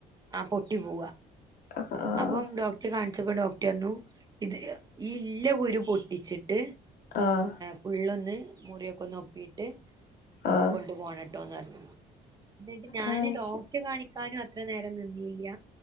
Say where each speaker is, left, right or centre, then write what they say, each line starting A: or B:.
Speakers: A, on the right; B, on the left.
A: ആഹ് പൊട്ടി പോവുക
B: ആഹ് ആഹ്
A: അപ്പം ഡോക്ടർ കാണിച്ചപ്പോ ഡോക്ടർ പറഞ്ഞു ഇത് ഈ ഇല്ല കുരു പൊട്ടിച്ചിട്ട്
B: ആഹ്
A: ഫുള്ളൊന്ന് മുറിയൊക്കെ ഒന്ന് ഒപ്പിയിട്ട്
B: ആഹ്
A: കൊണ്ടു പോണംട്ടോന്ന് പറഞ്ഞു എന്നിട്ട് ഞാന്
B: ആഹ്
A: ഡോക്ടർ
B: ശരി
A: കാണിക്കാനും അത്ര നേരം നിന്നില്ല